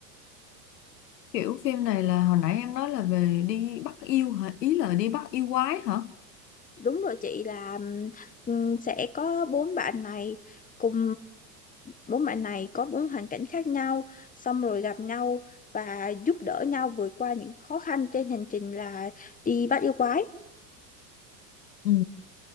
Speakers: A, on the left; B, on the left.
A: Kiểu phim này là hồi nãy em nói là về đi bắt yêu hả? Ý là đi bắt yêu quái hả?
B: Đúng rồi chị là ừm, sẽ có bốn bạn này cùng bốn bạn này có bốn hoàn cảnh khác nhau xong rồi gặp nhau và giúp đỡ nhau vượt qua những khó khăn trên hành trình là đi bắt yêu quái.
A: Ừ.